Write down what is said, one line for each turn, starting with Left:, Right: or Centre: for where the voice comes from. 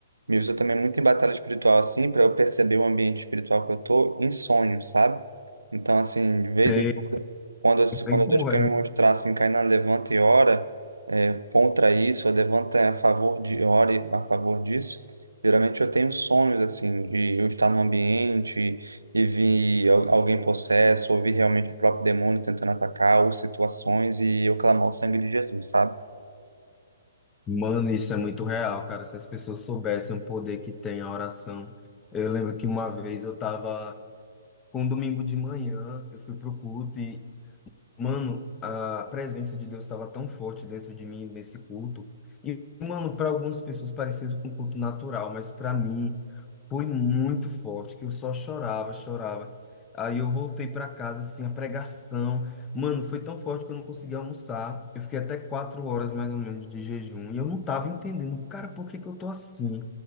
Right: me usa também muito em batalha espiritual, assim, para eu perceber o ambiente espiritual que eu tô em sonhos, sabe? Então, assim, de vez
Left: Sei
Right: em quando, quando, eu-
Left: bem
Right: quando
Left: como
Right: Deus quer
Left: é.
Right: me mostrar, assim, cai na levanta e ora, é, contra isso, ou levanta a favor de, ore a favor disso. Geralmente eu tenho sonhos assim de eu estar num ambiente e vir al- alguém possesso, ou vir realmente o próprio demônio tentando atacar, ou situações e eu clamar o sangue de Jesus, sabe?
Left: Mano, isso é muito real, cara. Se as pessoas soubessem o poder que tem a oração. Eu lembro que uma vez eu tava com um domingo de manhã, eu fui pro culto Mano, a presença de Deus estava tão forte dentro de mim nesse culto. E, mano, para algumas pessoas parecia um culto natural, mas para mim foi muito forte, que eu só chorava, chorava. Aí eu voltei para casa, assim, a pregação. Mano, foi tão forte que eu não conseguia almoçar. Eu fiquei até quatro horas mais ou menos de jejum. E eu não tava entendendo, cara, por que que eu tô assim?